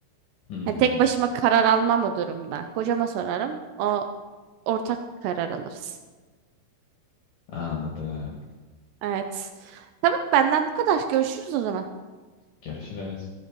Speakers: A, on the left; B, on the right.
A: Hmm.
B: Yani tek başıma karar almam o durumda. Kocama sorarım. O ortak bir karar alırız.
A: Anladım.
B: Evet. Tamam benden bu kadar. Görüşürüz o zaman.
A: Görüşürüz.